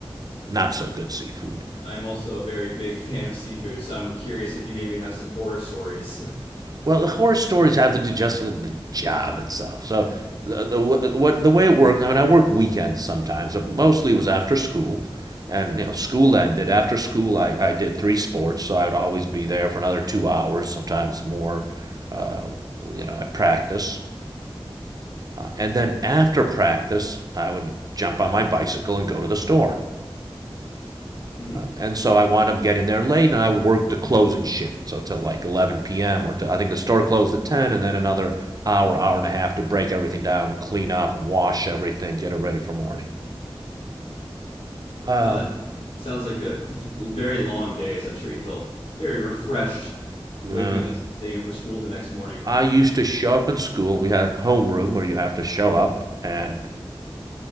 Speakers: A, on the right; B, on the left.
A: not so good seafood.
B: I am also a very big <laughs> fan of seafood, so I'm curious if you maybe have some horror stories.
A: Well, the horror stories have to do just with the job itself. So the, the what the way it worked. I mean, I worked weekends sometimes, but mostly it was after school. And you know, school ended. After school, I, I did three sports, so I would always be there for another two hours, sometimes more. Uh, you know, I'd practice, and then after practice, I would jump on my bicycle and go to the store.
B: <laughs>
A: And so I wound up getting there late, and I would work the closing shift, so to like 11 p.m. or to, I think the store closed at 10, and then another hour, hour and a half to break everything down, clean up, wash everything, get it ready for morning. Um,
B: No, that sounds like a <laughs> very long day, as I'm sure you felt very refreshed waking
A: uh,
B: up at 6 a.m. for school the next morning.
A: I used to show up in school. We had a homeroom where you have to show up and